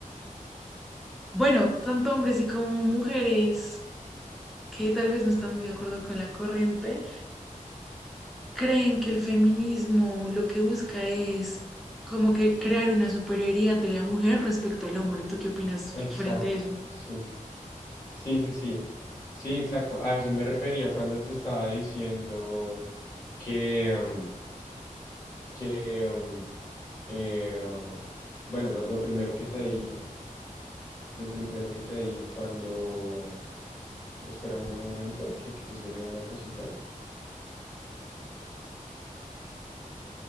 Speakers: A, in the centre; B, on the left.
A: bueno, tanto hombres y como mujeres que tal vez no están muy de acuerdo con la corriente, creen que el feminismo lo que busca es como que crear una superioridad de la mujer respecto al hombre. ¿Tú qué opinas
B: Exacto,
A: frente a eso?
B: sí. Sí, sí, sí. Sí, exacto. A eso me refería cuando te estaba diciendo que, mm, que, mm, eh, bueno, lo, lo primero que te dije, lo primero que te dije cuando, espérame un momento, que aquí estoy viendo una cosita.